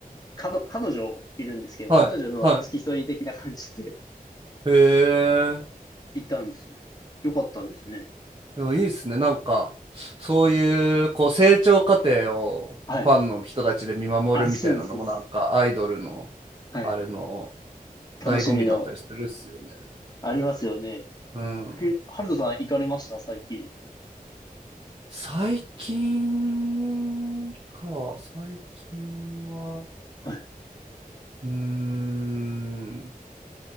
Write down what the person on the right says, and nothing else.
はいはい。
へえ。
でもいいですね。なんか、そういう、こう、成長過程をファンの人たちで見守るみたいなのも、
なんか、アイドルの、
あれの、
醍醐味だったりするっすよね。
うん。
最近か、最近は。
うーん、